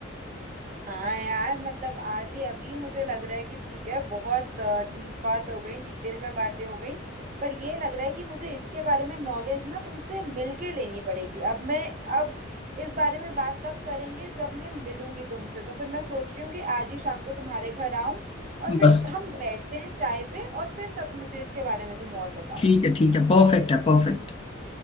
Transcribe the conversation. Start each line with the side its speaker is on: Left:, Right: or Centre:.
Right: हाँ यार मतलब आज ही अभी मुझे लग रहा है कि ठीक है बहुत डीप बात हो गई डिटेल में बातें हो गई पर ये लग रहा है कि मुझे इसके बारे में नॉलेज ना तुमसे मिलके लेनी पड़ेगी अब मैं अब इस बारे में बात तब करेंगे जब मैं मिलूंगी तुमसे तो फिर मैं सोच रही हूँ कि आज ही शाम को तुम्हारे घर आऊं और फिर
Left: बस
Right: हम बैठते हैं चाय पे और फिर तब मुझे इसके बारे में तुम और बताओ
Left: ठीक है ठीक है परफेक्ट है परफेक्ट